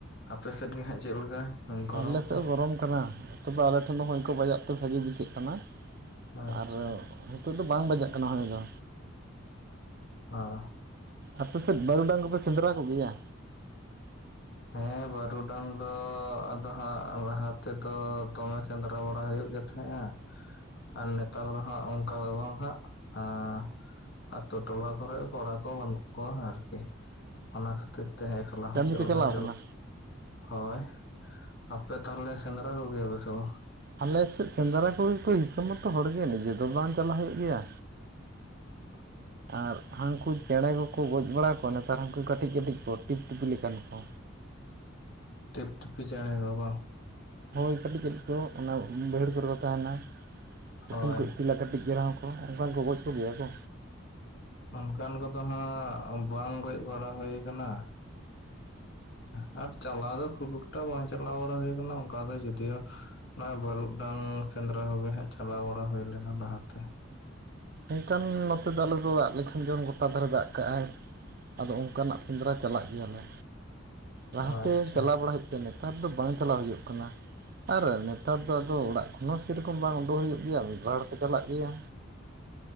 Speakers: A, on the left; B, on the right.
A: ᱟᱯᱮ ᱥᱮᱫ ᱜᱮ ᱦᱟᱸᱜ ᱪᱮᱫ ᱞᱮᱠᱟ ᱜᱚᱨᱚᱢ
B: ᱟᱞᱮ
A: ᱠᱚ
B: ᱥᱮᱫ ᱦᱚᱸ ᱜᱚᱨᱚᱢ ᱠᱟᱱᱟ ᱛᱚᱵᱮ ᱟᱞᱮ ᱴᱷᱮᱱ ᱦᱚᱭ ᱠᱚ ᱵᱟᱡᱟᱜ ᱛᱮ ᱵᱷᱟᱹᱜᱤ ᱵᱩᱡᱷᱟᱹᱜ ᱠᱟᱱᱟ
A: ᱟᱪᱪᱷᱟ
B: ᱟᱨ ᱱᱤᱛᱚᱜ ᱫᱚ ᱵᱟᱝ ᱵᱟᱡᱟᱜ ᱠᱟᱱᱟ ᱦᱚᱭ ᱫᱚ
A: <unintelligible>
B: ᱟᱯᱮᱥᱮᱫ ᱵᱟᱹᱨᱩᱰᱟᱝ ᱠᱚᱯᱮ ᱥᱮᱸᱫᱽᱨᱟ ᱠᱚᱜᱮᱭᱟ᱾
A: ᱦᱮᱸ ᱵᱟᱹᱨᱩ ᱰᱟᱝ ᱫᱚ ᱟᱫᱚ ᱦᱟᱸᱜ ᱞᱟᱦᱟ ᱛᱮᱫᱚ ᱫᱚᱢᱮ ᱥᱮᱸᱫᱽᱨᱟ ᱵᱟᱲᱟ ᱦᱩᱭᱩᱜ ᱜᱮ ᱛᱟᱦᱮᱸᱫᱼᱟ᱾ ᱟᱨ ᱱᱮᱛᱟᱨ ᱫᱚ ᱦᱟᱸᱜ ᱚᱱᱠᱟ ᱫᱚ ᱵᱟᱝ ᱦᱟᱸᱜ ᱮᱸ ᱟᱛᱳ ᱴᱚᱞᱟ ᱠᱚᱨᱮᱜ ᱠᱚᱲᱟ ᱠᱚ ᱵᱟᱹᱱᱩᱜ ᱠᱚᱣᱟ ᱟᱨᱠᱤ ᱚᱱᱟ ᱠᱷᱟᱹᱛᱤᱨ ᱛᱮ ᱞᱟᱦᱟ
B: ᱠᱟᱹᱢᱤ
A: ᱪᱮᱫ
B: ᱠᱚ
A: ᱞᱮᱠᱟᱱ
B: ᱪᱟᱞᱟᱣ ᱠᱟᱱᱟ
A: ᱦᱳᱭ ᱟᱯᱮ ᱛᱟᱦᱚᱞᱮ ᱥᱮᱸᱫᱽᱨᱟ ᱠᱚᱜᱮᱭᱟ ᱯᱮ ᱥᱮ ᱵᱟᱝ
B: ᱟᱞᱮᱥᱮᱫ ᱥᱮᱸᱫᱽᱨᱟ ᱠᱚᱜᱤ ᱠᱚ ᱦᱤᱥᱟᱹ ᱢᱚᱛᱚ ᱦᱚᱲᱜᱮ ᱱᱤᱡᱮ ᱫᱚ ᱵᱟᱝ ᱪᱟᱞᱟᱜ ᱦᱩᱭᱩᱜ ᱜᱮᱭᱟ᱾
A: <inaudible>
B: ᱟᱨ ᱦᱟᱹᱱᱠᱩ ᱪᱮᱸᱬᱮ ᱠᱚᱠᱚ ᱜᱚᱡ ᱵᱟᱲᱟ ᱠᱚᱣᱟ ᱱᱮᱛᱟᱨ ᱦᱟᱹᱱᱠᱩ ᱠᱟᱹᱴᱤᱡ ᱠᱟᱹᱴᱤᱡ ᱠᱚ ᱴᱤᱯ ᱴᱤᱯᱤ ᱞᱮᱠᱟᱱ ᱠᱚ
A: ᱴᱤᱯ ᱴᱤᱯᱤ ᱪᱮᱸᱬᱮ ᱠᱚ ᱵᱟᱝ
B: ᱦᱳᱭ ᱠᱟᱹᱴᱤᱡ ᱠᱟᱹᱴᱤᱡ ᱠᱚ ᱚᱱᱟ ᱵᱟᱹᱭᱦᱟᱹᱲ ᱠᱚᱨᱮ ᱠᱚ ᱛᱟᱦᱮᱱᱟ ᱠᱩᱴᱷᱤᱱ
A: ᱦᱳᱭ
B: ᱠᱚ ᱤᱛᱤᱞᱟ ᱠᱟᱹᱴᱤᱡ ᱜᱮ ᱨᱮ ᱦᱚᱸ ᱠᱚ ᱛᱚ ᱚᱱᱠᱟᱱ ᱠᱚ ᱜᱚᱡ ᱠᱚ ᱜᱮᱭᱟ ᱠᱚ
A: ᱚᱱᱠᱟᱱ ᱠᱚᱫᱚ ᱦᱟᱸᱜ ᱵᱟᱝ ᱜᱚᱡ ᱵᱟᱲᱟ ᱦᱩᱭ ᱠᱟᱱᱟ᱾ ᱦᱮᱸ ᱟᱨ ᱪᱟᱞᱟᱣ ᱫᱚ ᱠᱷᱩᱵ ᱮᱠᱴᱟ ᱵᱟᱝ ᱪᱟᱞᱟᱣ ᱵᱟᱲᱟ ᱦᱩᱭ ᱟᱠᱟᱱᱟ ᱚᱱᱠᱟ ᱫᱚ ᱡᱩᱫᱤᱭᱳ ᱱᱚᱜᱼᱚᱭ ᱵᱟᱹᱨᱩᱰᱟᱝ ᱥᱮᱸᱫᱽᱨᱟ ᱠᱚᱜᱮ ᱦᱟᱸᱜ ᱪᱟᱞᱟᱣ ᱵᱟᱲᱟ ᱦᱩᱭ ᱞᱮᱱᱟ ᱞᱟᱦᱟ ᱛᱮ
B: ᱚᱝᱠᱟᱱ ᱱᱚᱛᱮ ᱫᱚ ᱟᱞᱮ ᱫᱚ ᱫᱟᱜ ᱞᱮᱠᱷᱟᱱ ᱡᱮᱢᱚᱱ ᱜᱚᱴᱟ ᱫᱷᱟᱨᱮ ᱫᱟᱜ ᱠᱟᱜᱼᱟᱭ ᱟᱫᱚ ᱚᱱᱠᱟᱱᱟᱜ ᱥᱮᱸᱫᱽᱨᱟ ᱪᱟᱞᱟᱜ ᱜᱮᱭᱟᱞᱮ ᱞᱟᱦᱟ
A: ᱟᱪᱪᱷᱟ
B: ᱛᱮ ᱪᱟᱞᱟᱣ ᱵᱟᱲᱟᱭ ᱦᱩ ᱱᱮᱛᱟᱨ ᱫᱚ ᱵᱟᱝ ᱪᱟᱞᱟᱣ ᱦᱩᱭᱩᱜ ᱠᱟᱱᱟ᱾ ᱟᱨ ᱱᱮᱛᱟᱨ ᱫᱚ ᱟᱫᱚ ᱚᱲᱟᱜ ᱠᱷᱚᱱ ᱦᱚᱸ ᱥᱮᱨᱚᱠᱚᱢ ᱵᱟᱝ ᱩᱰᱩᱠ ᱦᱩᱭᱩᱜ ᱜᱮᱭᱟ ᱢᱤᱫ ᱵᱟᱨ ᱦᱚᱲ ᱠᱚ ᱪᱟᱞᱟᱜ ᱜᱮᱭᱟ᱾